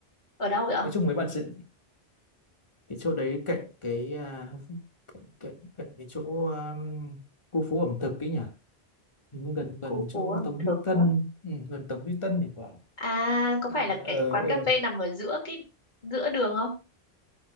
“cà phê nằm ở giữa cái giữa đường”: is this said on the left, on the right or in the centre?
Left